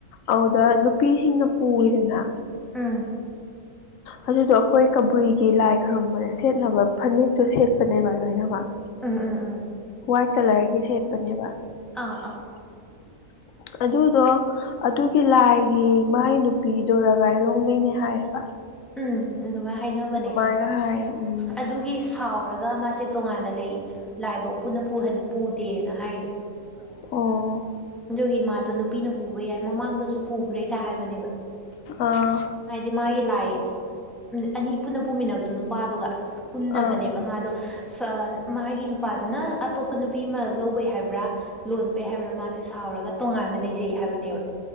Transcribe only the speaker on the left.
ꯑꯗꯨꯗ ꯅꯨꯄꯤꯁꯤꯡꯅ ꯄꯨꯔꯤꯗꯅ
ꯑ ꯑꯗꯨꯗꯣ ꯑꯩꯈꯣꯏ ꯀꯕꯨꯏꯒꯤ ꯂꯥꯏ ꯈꯔꯨꯝꯕꯗ ꯁꯦꯠꯅꯕ ꯐꯅꯛꯇꯣ ꯁꯦꯠꯄꯅꯦꯕ ꯂꯣꯏꯅꯃꯛ
ꯋꯥꯏꯠ ꯀꯂꯔꯒꯤ ꯁꯦꯠꯄꯅꯦꯕ
ꯎ ꯑꯗꯨꯗꯣ ꯑꯗꯨꯒꯤ ꯂꯥꯏꯒꯤ ꯃꯥꯏ ꯅꯨꯄꯤꯗꯣ ꯂꯒꯥꯏꯂꯣꯡꯗꯩꯅꯦ ꯍꯥꯏꯌꯦꯕ
ꯑꯗꯨꯃꯥꯏꯅ ꯍꯥꯏꯌꯦ ꯎꯝ
ꯑꯣ
ꯑꯥ
ꯑꯥ